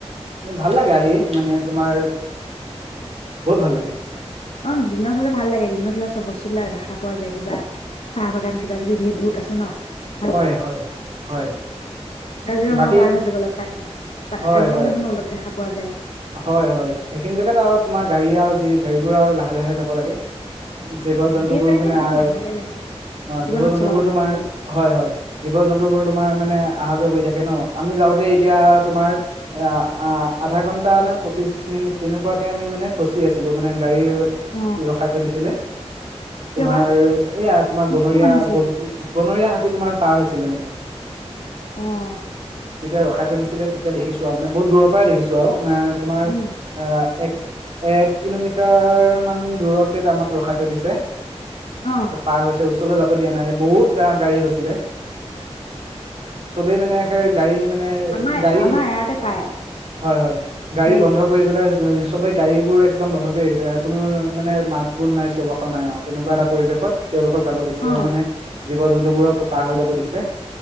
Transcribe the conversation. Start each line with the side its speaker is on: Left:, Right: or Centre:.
Right: ভাল লাগে আহি মানে তোমাৰ বহুত ভাল লাগে
Left: ন দিনত হলে ভাল লাগে দিনত হলে চব বস্তু বিলাক দেখা পোৱা যায় কিবা চাহ বাগান কিবা কিবি ধেৰ বহুত আছে ন ভাল
Right: হয়
Left: লাগে
Right: হয় হয়
Left: কাজিৰঙাও
Right: বাকী
Left: পাৰ হৈ যাব লগ পায়
Right: হয়
Left: কাজিৰঙাখনো
Right: হয়
Left: অলপ দেখা পোৱা যায়
Right: হয় হয় সেইখিনি জেগাত আৰু তোমাৰ গাড়ী আৰু যি গাড়ীবোৰ আৰু লাহে লাহে যাব লাগে জীৱ জন্তুবোৰ
Left: সেই জেগাটো
Right: মানে
Left: একদম
Right: অ
Left: লাহে লাহে কিমানত
Right: জীৱ জন্তুবোৰ
Left: চলাব
Right: তোমাৰ
Left: লাগে বোলে
Right: হয় হয় জীৱ জন্তুবোৰ তোমাৰ মানে অহা যোৱা কৰি থাকে ন আমি যাওঁতে এতিয়া তোমাৰ অ আধা ঘণ্টা এ নে পঁচিশ মিনিট তেনেকুৱাকে আমি মানে ফচি আছিলো মানে গাড়ী
Left: অ
Right: ৰখাই থৈ দিছিলে তোমাৰ
Left: কিয় বা
Right: এয়া তোমাৰ বনৰীয়া
Left: কোন আহিছিলে
Right: বনৰীয়া হাতী তোমাৰ পাৰ হৈছিলে মানে
Left: উম
Right: যেতিযা ৰখাই থৈ দিছিলে তেতিয়া দেখিছো আৰু মান বহু দৰ পৰাই দেখিছো আৰু তোমাৰ
Left: উম
Right: অ এক এক কিলোমিটাৰ মান দূৰতে আমাক ৰখাই থ থই দিচে
Left: অ
Right: পাৰ হৈছে আহিব দিয়া নাই বহুত গাড়ী আহিছিলে চবেই মানে গাড়ী মানে
Left: আমাৰ
Right: গাড়ী
Left: আমাৰ এৰাতে পায়
Right: হয় হয় গাড়ী
Left: হেৰি
Right: বন্ধ কৰিব পেলাই চবেই গাড়ীবোৰ একদম বন্ধ কৰি আহিছে কোনো মানে মাত বোল নাই চিয়বাখৰ নাই আৰু তেনেকুৱা এটা পৰিৱেশত তেওঁলোকক যাব দিছে
Left: অ
Right: মানে জীৱ জন্তুবোৰক পাৰ হৈ যাব দিছে